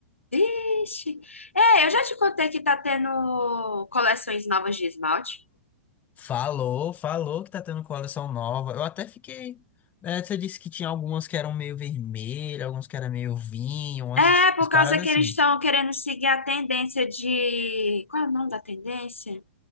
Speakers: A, on the left; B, on the left.
A: Vixe! É, eu já te contei que tá tendo coleções novas de esmalte.
B: Falou, falou que tá tendo coleção nova. Eu até fiquei. eh, você disse que tinha algumas que eram meio vermelhas, algumas que eram meio vinho, umas,
A: É, por
B: umas paradas
A: causa que eles
B: assim.
A: estão querendo seguir a tendência de... Qual é o nome da tendência?